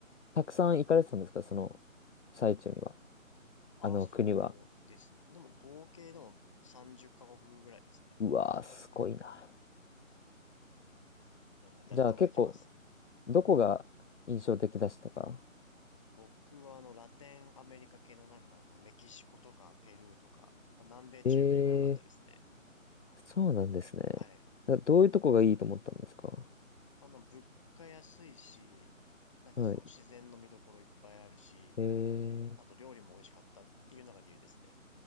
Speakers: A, on the left; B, on the left.
A: たくさん行かれてたんですかその、最中には。
B: あ、
A: あの、
B: そうですね。
A: 国は。
B: でも合計でも30カ国ぐらいですね。
A: うわー、すごいな。
B: いやいや、誰でもできます。
A: じゃあ、結構、どこが印象的でしたか
B: 僕はあの、ラテンアメリカ系のなんかあの、メキシコとかペルーとか、まあ南米、中米が良かったですね。
A: ええー、そうなんですね。
B: はい。
A: などういうとこがいいと思ったんですか
B: まあ、あの、物価安いし、なんかその自然の見どころいっぱいあるし、
A: はい。ええー
B: あと料理も美味しかったっていうのが理由ですね。